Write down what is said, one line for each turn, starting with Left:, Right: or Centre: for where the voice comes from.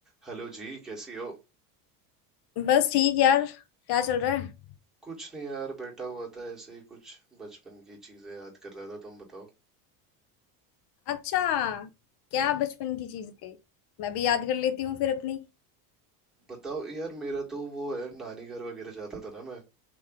Centre: Hello जी कैसी हो
Left: बस ठीक यार क्या चल रहा है
Centre: कुछ नहीं यार बैठा हुआ था ऐसे ही कुछ बचपन की चीजें याद कर रहा था तुम बताओ
Left: अच्छा क्या
Centre: हम्म,
Left: बचपन की चीज गई मैं भी याद कर लेती हूँ फिर अपनी
Centre: बताओ यार मेरा तो वो है नानी घर वगैरह जाता था ना मैं